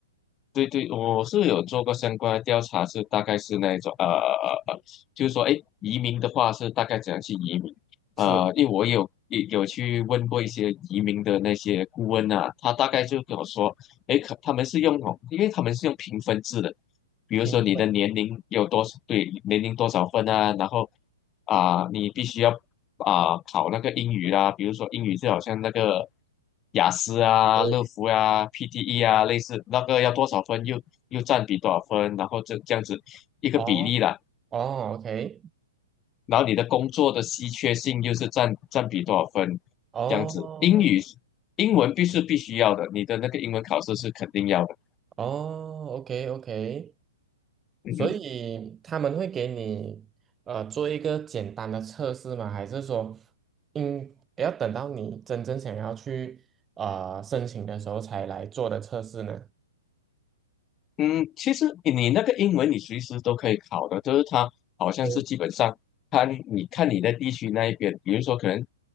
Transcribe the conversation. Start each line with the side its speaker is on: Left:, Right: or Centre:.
Left: 对对，我是有做过相关的调查，是大概是那一种呃呃，呃就是说，哎，移民的话是大概怎样去移民？
Right: 是，
Left: 呃，因为我有有有去问过一些移民的那些顾问啊，他大概就跟我说，哎，可他们是用那种因为他们是用评分制的，比如说你的年龄有多少，
Right: 评分，
Left: 对，年龄多少分啊，然后啊、你必须要啊、考那个英语啦，比如说英语就好像那个雅思啊、
Right: 对，
Left: 乐福啊、PTE 啊，类似那个要多少分又又占比多少分，然后这这样子一个比例啦。
Right: 哦哦，OK，
Left: 然后你的工作的稀缺性又是占占比多少分，
Right: 哦
Left: 这样子。英语英文必是必须要的，你的那个英文考试是肯定要的。
Right: 哦，OK OK，
Left: 嗯嗯。
Right: 所以他们会给你呃做一个简单的测试吗？还是说，嗯，要等到你真正想要去呃申请的时候才来做的测试呢？
Left: 嗯，其实你那个英文你随时都可以考的，就是它好像是基本上看你看你在地区那一边，
Right: 对。
Left: 比如说可能